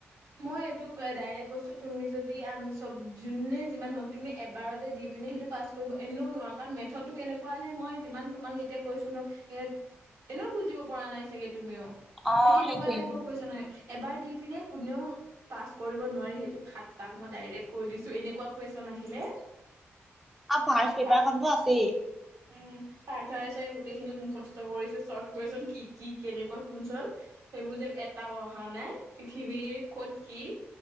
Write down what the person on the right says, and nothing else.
মই এইটোক ডাৰেক্ট কৈছো তুমি যদি আমি চব যোনে যিমান হওক তুমি এবাৰতে দি প সেইটো পাছ কৰিব এনেও নোৱাৰ কাৰণ মেথতটো কেনেকুৱা আহে মই যিমান তোমাক এতিয়া কৈছো ন এনেও বুজিব পৰা নাই চাগে তুমিও
নে কেনেকুৱা
টাইপৰ কৈছা নহ। এবাৰ দি পিনে কোনেও পাছ কৰিব নোৱাৰি সেইটো খাটাং মই ডাৰেক্ট কৈ দিছো এনেকুৱা কুৱেশচন আহিলে।
পা
উম পা তাৰে চাৰে গোটেইখিনি মুখস্থ কৰিছে চৰ্ট কুৱেশচন কি কি কেনেকুৱা কোনচোন সেইবোৰ যে এটা, অহা নাই পৃথিৱীৰ ক'ত কি